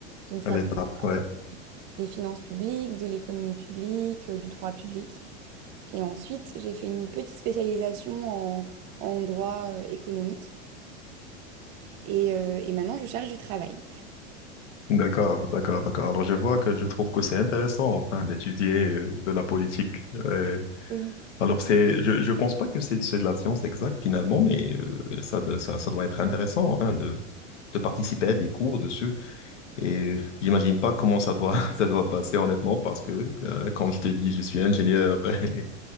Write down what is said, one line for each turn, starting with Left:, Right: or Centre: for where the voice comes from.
Right: Donc, ça
Left: À l'étape,
Right: comprend
Left: ouais.
Right: des finances publiques, de l'économie publique, euh, du droit public. Et ensuite, j'ai fait une petite spécialisation en, en droit euh, économique. Et, euh, et maintenant, je cherche du travail.
Left: D'accord, d'accord, d'accord. Alors je vois que je trouve que c'est intéressant enfin d'étudier euh, de la politique. Euh,
Right: Oui.
Left: alors c'est, je je pense pas que c'est c'est de la science exacte finalement, mais euh, ça de- ça ça doit être intéressant enfin de de participer à des cours dessus. Et j'imagine pas comment ça doit <laughs> ça doit passer honnêtement parce que euh, quand je te dis je suis ingénieur, <laughs> Et